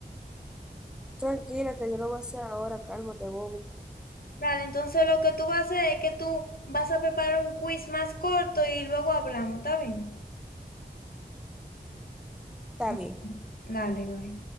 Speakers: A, in the centre; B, on the left (about 60°).
A: Tranquila, que yo lo voy a hacer ahora, cálmate, Bobby.
B: Vale, entonces lo que tú vas a hacer es que tú vas a preparar un quiz más corto y luego hablamos, ¿está bien?
A: Está
B: Mm,
A: bien.
B: Dale, bye.